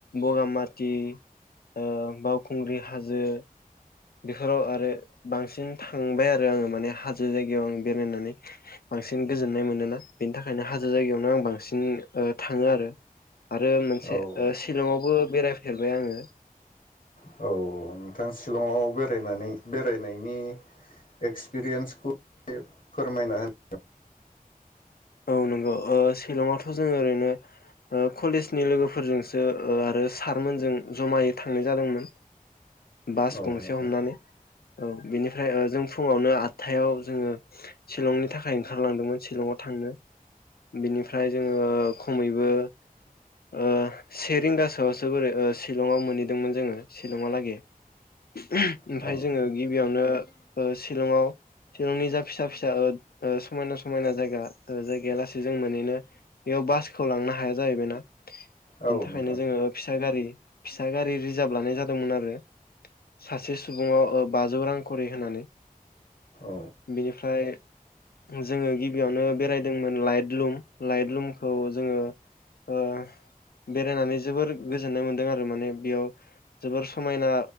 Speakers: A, on the left; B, on the left.
A: बगामाथि ओ बावखुंग्रि हाजो बेफोराव आरो बांसिन थांबाय आरो आङो माने हाजो जायगायाव आं बेरायनानै बांसिन गोजोननाय मोनोना बेनि थाखायनो हाजो जायगायावनो आं बांसिन थाङो आरो आरो मोनसे
B: औ
A: ओ सि शिलंआवबो बेरायफेरबाय आङो
B: औ नोंथां शिलंआव बेरायनानै बेरायनायनि एक्सपिरियेन्स <unintelligible> फोरमायना <inaudible>
A: औ नंगौ ओ सिलंआवथ जोङो ओरैनो कलेजनि लोगोफोरजोंसो आरो सारमोनजों जमायै थांनाय जादोंमोन बास
B: औ
A: गंसे
B: नोंथां
A: हमनानै औ बेनिफ्राय जों फुङावनो आटथायाव जोङो शिलंनि थाखाय ओंखारलांदोंमोन शिलंआव थांनो बिनिफ्राय जोङो खमैबो ओ से ओ रिंगासोआवसो बोरै शिलंआव मोनहैदोंमोन जोङो शिलंआलागै ओमफ्राय
B: औ
A: जोङो गिबियावनो शिलंआव शिलंनि जा फिसा फिसा समायना समायना जायगा जायगाया लासे जों मोननो बेयाव बासखौ लांनो हाया जाहैबायनाा
B: औ
A: बिनि थाखायनो
B: नोंथां
A: जोङो फिसा गारि फिसा गारि रिजार्भ लानाय जादोंमोन आरो सासे सुबाव बाजौ रां खरि होनानै
B: औ
A: बिनिफ्राय जोङो गिबियावनो बेरायदोंमोन लाइट लुम लाइट लुमखौ जोङो ओ बेरायनानै जोबोर गोजोननाय मोन्दों आरो माने बेयाव जोबोर समायना